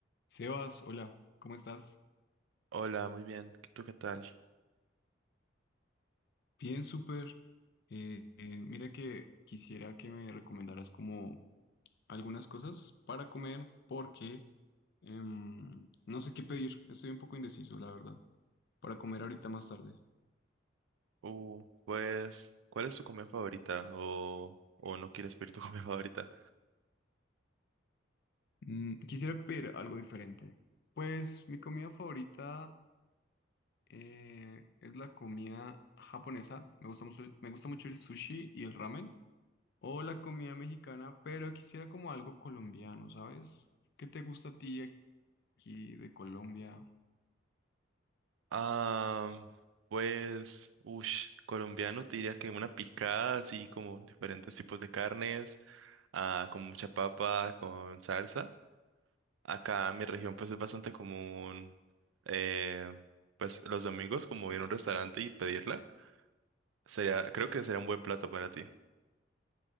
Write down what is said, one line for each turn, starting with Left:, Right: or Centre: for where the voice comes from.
Left: Sebas, hola, ¿cómo estás?
Right: Hola, muy bien. ¿Tú qué tal?
Left: Bien, súper. Eh, eh, mira que quisiera que me recomendaras como algunas cosas para comer porque em, no sé qué pedir. Estoy un poco indeciso, la verdad, para comer ahorita más tarde.
Right: Uh, pues, ¿cuál es tu comida favorita? ¿O, o no quieres pedir tu <laughs> comida favorita?
Left: Mm, quisiera pedir algo diferente. Pues mi comida favorita eh, es la comida japonesa. Me gusta mucho, me gusta mucho el sushi y el ramen. O la comida mexicana, pero quisiera como algo colombiano, ¿sabes? ¿Qué te gusta a ti? aquí de Colombia,
Right: Ah, pues, ush, colombiano te diría que una picada, así como diferentes tipos de carnes, ah, con mucha papa, con salsa. Acá en mi región, pues, es bastante común, eh, pues, los domingos, como ir a un restaurante y pedirla. Sería, creo que sería un buen plato para ti.